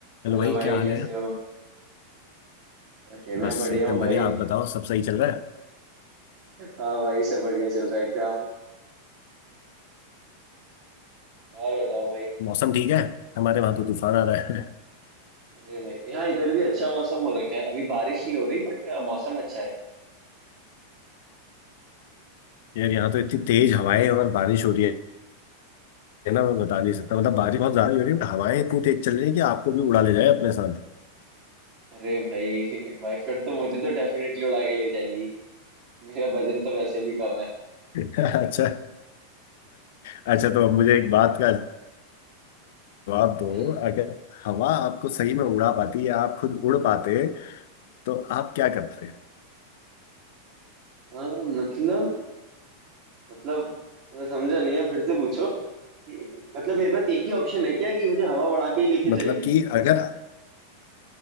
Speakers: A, on the left (about 50°); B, on the right (about 45°).
A: Hello
B: Hello
A: भाई
B: भाई
A: क्या हाल
B: कैसे
A: है
B: हो ओके मैं
A: बस
B: बढ़िया
A: एकदम
B: हूँ भाई
A: बढ़िया आप बताओ सब सही चल रहा है
B: हाँ भाई सब बढ़िया चल रहा है एकदम और बताओ भाई
A: मौसम ठीक है हमारे वहां तो तूफान आ रहा है
B: अरे भाई हाँ इधर भी अच्छा मौसम हो रखा है अभी बारिश नहीं हो रही बट मौसम अच्छा है
A: <laughs> यार यहाँ तो इतनी तेज हवाएं और बारिश हो रही है ना मैं बता नहीं सकता मतलब बारिश बहुत ज्यादा हो रही है but हवाएं इतनी तेज चल रही है कि आपको भी उड़ा ले जाए अपने साथ
B: अरे भाई <laughs> भाई फिर तो मुझे तो डेफिनेटली उड़ा के ले जाएंगी मेरा वजन तो वैसे भी कम है
A: <laughs> अच्छा अच्छा तो अब मुझे एक बात का जवाब दो
B: हम्म,
A: अगर हवा आपको सही में उड़ा पाती या आप खुद उड़ पाते तो आप क्या करते हैं
B: हाँ मतलब मतलब मैं समझा नहीं है फिर से पूछो मतलब मेरे पास एक ही ऑप्शन है क्या कि मुझे हवा उड़ा के ही लेके
A: मतलब
B: जाएगी
A: कि अगर